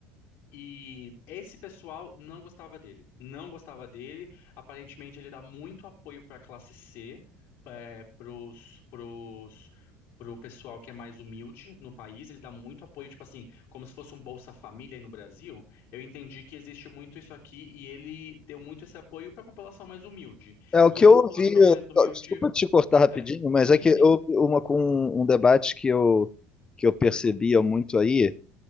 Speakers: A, on the left (about 65°); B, on the left (about 20°).
A: e esse pessoal não gostava dele. Não gostava dele. Aparentemente, ele dá muito apoio para a classe C, é, pros, pros, pro pessoal que é mais humilde no país. Ele dá muito apoio, tipo assim, como se fosse um Bolsa Família aí no Brasil. Eu entendi que existe muito isso aqui e ele deu muito esse apoio para a população mais humilde.
B: É o
A: E
B: que
A: a
B: eu
A: população
B: ouvi, eu-
A: mais humilde
B: desculpa te cortar rapidinho,
A: é.
B: mas é
A: Sim,
B: que eu,
A: sim.
B: uma com um debate que eu que eu percebia muito aí,